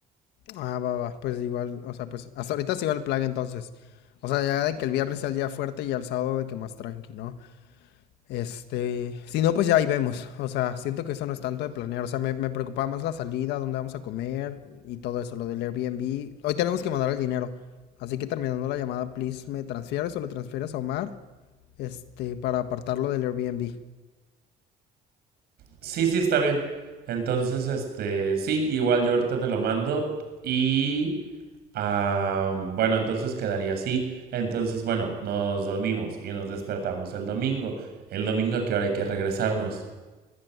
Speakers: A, on the left; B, on the right.
A: Ah, va, va, pues igual, o sea, pues hasta ahorita sí va el plan entonces. O sea, ya de que el viernes sea el día fuerte y al sábado de que más tranqui, ¿no? Este, si no, pues ya ahí vemos. O sea, siento que eso no es tanto de planear. O sea, me, me preocupaba más la salida, dónde vamos a comer y todo eso, lo del Airbnb. Hoy tenemos que mandar el dinero. Así que terminando la llamada, please, me transfieres o lo transfieres a Omar, este, para apartarlo del Airbnb.
B: Sí, sí, está bien. Entonces, este, sí, igual yo ahorita te lo mando y... ah, bueno, entonces quedaría así. Entonces, bueno, nos dormimos y nos despertamos el domingo. El domingo, ¿a qué hora hay que regresarnos?